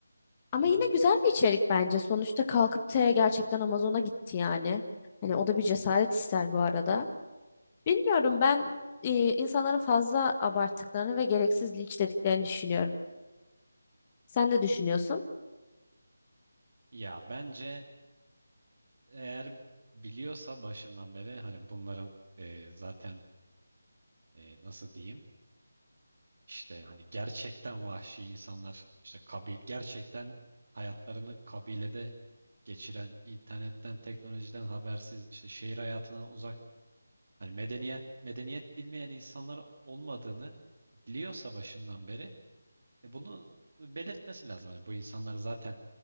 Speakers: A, on the left (about 20°); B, on the right (about 50°).
A: Ama
B: Hı hı.
A: yine güzel bir içerik bence. Sonuçta kalkıp T gerçekten Amazon'a gitti yani. Hani o da bir cesaret ister bu arada. Bilmiyorum ben e, insanların fazla abarttıklarını ve gereksiz linçlediklerini düşünüyorum. Sen ne düşünüyorsun?
B: Ya bence eğer biliyorsa başından beri hani bunların eee, zaten eee, nasıl diyeyim işte hani gerçekten vahşi insanlar işte kabil gerçekten hayatlarını kabilede geçiren, internetten, teknolojiden habersiz, işte şehir hayatından uzak, hani medeniyet medeniyet bilmeyen insanlar olmadığını biliyorsa başından beri e, bunu belirtmesi lazım. Hani bu insanlar zaten